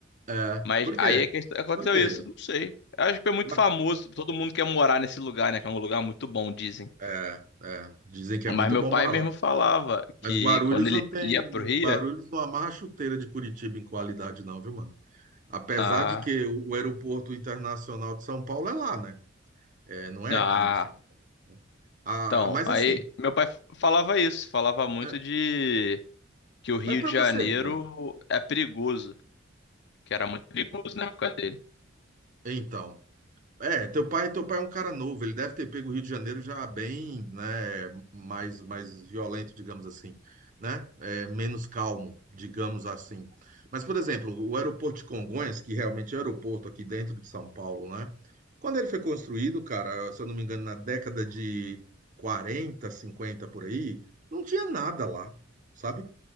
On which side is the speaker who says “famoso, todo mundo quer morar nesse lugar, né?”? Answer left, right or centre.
Left